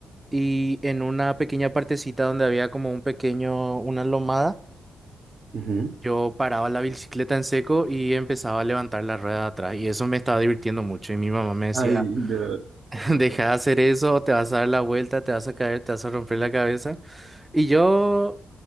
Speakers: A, on the right; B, on the right.
A: y en una pequeña partecita donde había como un pequeño, una lomada,
B: ujú.
A: yo paraba la bicicleta en seco y empezaba a levantar la rueda de atrás y eso me estaba divirtiendo mucho y mi mamá me decía,
B: Ay, no.
A: <laughs> deja de hacer eso, te vas a dar la vuelta, te vas a caer, te vas a romper la cabeza. Y yo